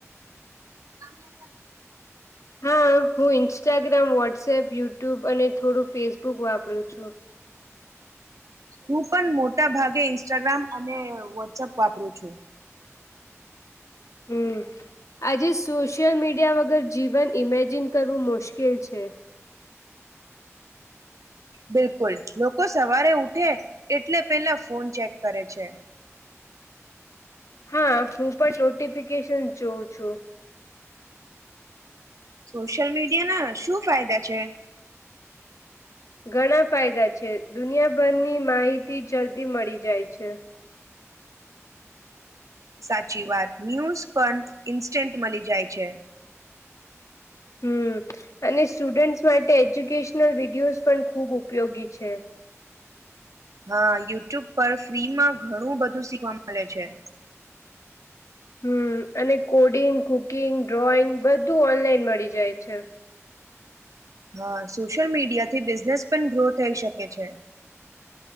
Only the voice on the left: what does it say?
હા હું ઇન્સ્ટ ્રામ વોટ્સએપ યુટ્યુબ અને થોડું ફેસબુક વાપરું છું
હમ આજે સોશિયલ મીડિયા વગર જીવન ઈમેજિન કરવું મુશ્કેલ છે
હા હું પણ નોટિફિકેશન જોઉં છું
ઘણા ફાયદા છે દુનિયાભરની માહિતી જલ્દી મળી જાય છે
હમ અને સ્ટુડન્ટસ માટે એજ્યુકેશનલ વિડિયોઝ પણ ખૂબ ઉપયોગી છે
હમ અને કોડિંગ કુકિંગ ડ્રોઈંગ બધું ઓનલાઈન મળી જાય છે.